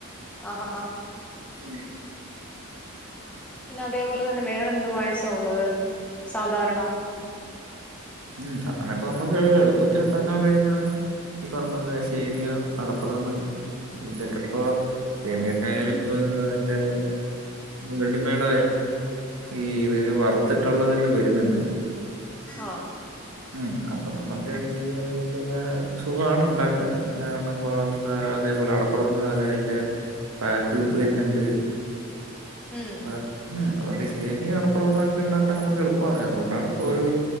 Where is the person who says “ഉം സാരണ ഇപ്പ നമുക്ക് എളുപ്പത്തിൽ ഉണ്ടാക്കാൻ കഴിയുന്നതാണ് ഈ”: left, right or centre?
Right